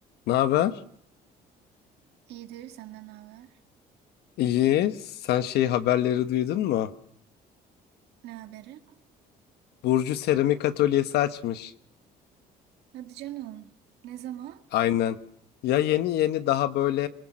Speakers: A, on the left; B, on the right.
A: Ne haber?
B: İyidir, senden ne haber?
A: İyi. Sen şey haberleri duydun mu?
B: Ne haberi?
A: Burcu seramik atölyesi açmış.
B: Hadi canım. Ne zaman?
A: Aynen. Ya yeni yeni daha böyle